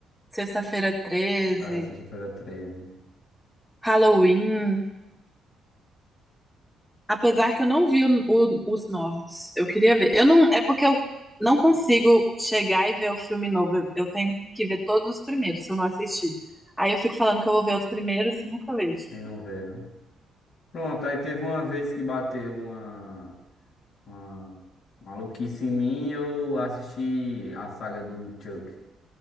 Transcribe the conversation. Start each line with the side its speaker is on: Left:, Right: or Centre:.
Centre: Sexta-feira 13,
Left: Ah, sexta-feira 13.
Centre: Halloween. Apesar que eu não vi o- o- os novos. Eu queria ver. Eu não, é porque eu não consigo chegar e ver o filme novo. Eu, eu tenho que ver todos os primeiros, se eu não assistir. Aí eu fico falando que eu vou ver os primeiros e nunca vejo.
Left: Nem não veio, né? Pronto, aí teve uma vez que bateu uma, uma maluquice em mim, eu assisti a saga do Chuck,